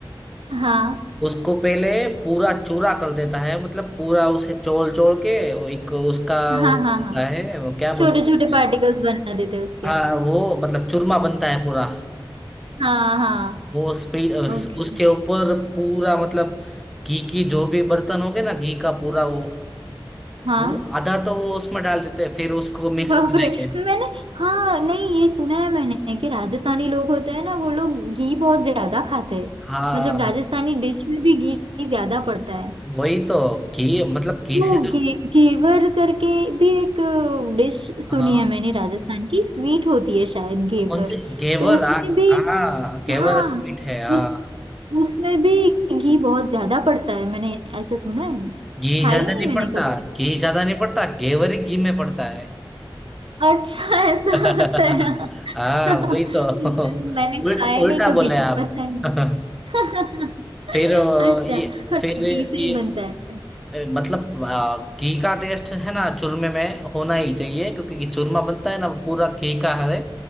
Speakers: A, on the right; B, in the centre.
A: हाँ
B: उसको पहले पूरा चूरा कर देता है मतलब पूरा उसे चोल चोल के वो एक उसका वो
A: हाँ
B: बनता
A: हाँ हाँ
B: है वो क्या बोलते
A: छोटे छोटे पार्टिकल्स
B: हैं
A: बना देते उसके
B: हाँ वो मतलब चूरमा बनता है पूरा
A: हाँ हाँ
B: वो स्पीड
A: ओके
B: उसके ऊपर पूरा मतलब घी की जो भी बर्तन हो गए ना घी का पूरा वो
A: हाँ
B: वो आधा तो वो उसमें डाल देते हैं फिर उसको मिक्स
A: बाप
B: करेंगे
A: रे मैंने हाँ नहीं ये सुना है मैंने कि राजस्थानी लोग होते हैं ना वो लोग घी बहुत ज्यादा खाते हैं
B: हाँ
A: मतलब राजस्थानी डिश में भी घी ज्यादा पड़ता है
B: वही तो घी मतलब घी
A: वो
B: से
A: गे, घेवर करके भी एक डिश
B: हाँ
A: सुनी है मैंने राजस्थान की स्वीट होती है शायद घेवर
B: कौन से घेवर
A: तो उसमें
B: हाँ
A: भी
B: हाँ, घेवर
A: हाँ
B: स्वीट है हाँ
A: उस उसमें भी घी बहुत ज्यादा पड़ता है मैंने ऐसा सुना है
B: घी
A: खाई
B: ज्यादा
A: नहीं
B: नहीं
A: मैंने
B: पड़ता
A: कभी
B: घी ज्यादा नहीं पड़ता घेवर ही घी में पड़ता है
A: अच्छा ऐसा
B: <laughs>
A: होता है
B: हाँ
A: <laughs>
B: वही तो <laughs>
A: मैंने
B: उल्टा
A: खाया
B: उल्टा
A: नहीं कभी
B: बोले आप
A: पता नहीं
B: <laughs>
A: <laughs>
B: फिर अ,
A: अच्छा
B: ये
A: और डबली
B: फिर
A: से
B: ये
A: ही बनता है
B: ए, मतलब आ, घी का टेस्ट है ना चूरमे में होना ही चाहिए क्योंकि घी- चूरमा बनता है ना वो पूरा घी का है